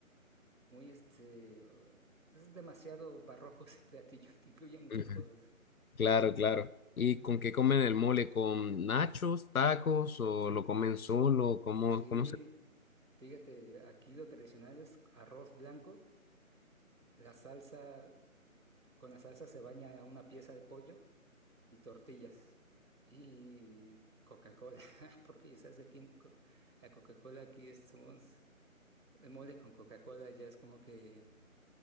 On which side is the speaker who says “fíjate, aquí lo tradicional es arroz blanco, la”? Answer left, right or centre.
Right